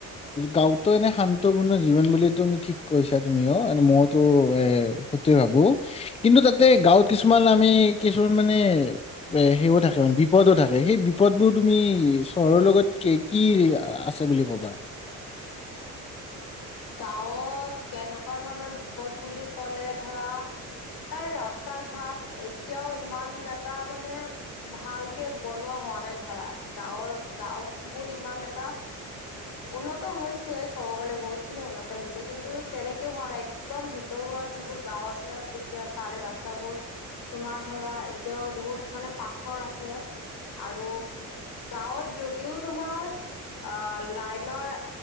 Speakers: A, on the left; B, on the left.
A: গাঁওতো এনে শান্তপূৰ্ণ জীৱন বুলিতো আমি ঠিক কৈছা তুমিও অ' মইতো এ সেইটোৱে ভাবোঁ। কিন্তু তাতে গাঁৱত কিছুমান আমি কিছুমান মানে এ হেৰিও থাকে বিপদো থাকে সেই বিপদবোৰ তুমি চহৰৰ লগত কি আছে বুলি ক'বা?
B: গাঁৱত কেনেকুৱা ধৰণৰ বিপদ বুলি ক'লে ধৰা তাৰে ৰাস্তা ঘাট এতিয়াও ইমান এটা মানে ভালকে বনোৱা হোৱা নাই ধৰা গাঁৱৰ গাওঁবোৰ ইমান এটা উন্নত হৈছে ক'ব গলে বহুতখিনি উন্নত হৈছে কিন্তু তেনেকে হোৱা নাই। একদম ভিতৰুৱা যিবোৰ গাওঁ আছে তেতিয়া তাৰে ৰাস্তাবোৰ তোমাৰ ধৰা এতিয়াও বহুত মানে পাথৰ আছে আৰু গাঁৱত যদিও তোমাৰ অ', লাইনৰ